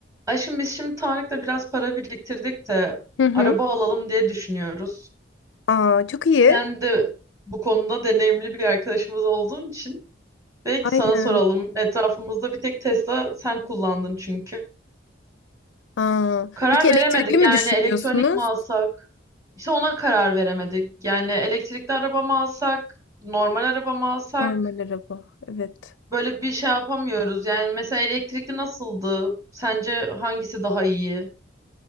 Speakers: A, on the right (about 20°); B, on the left (about 70°).
A: Aşkım biz şimdi Tarık'la biraz para biriktirdik de
B: Hı hı.
A: araba alalım diye düşünüyoruz.
B: Aa, çok iyi.
A: Sen de bu konuda deneyimli bir arkadaşımız olduğun için belki
B: Aynen.
A: sana soralım. Etrafımızda bir tek Tesla sen kullandın çünkü.
B: Aa,
A: Karar
B: peki
A: veremedik
B: elektrikli mi
A: yani
B: düşünüyorsunuz?
A: elektronik mi alsak? İşte ona karar veremedik. Yani elektrikli araba mı alsak, normal araba mı alsak?
B: Normal araba. Evet.
A: Böyle bir şey yapamıyoruz. Yani mesela elektrikli nasıldı? Sence hangisi daha iyi?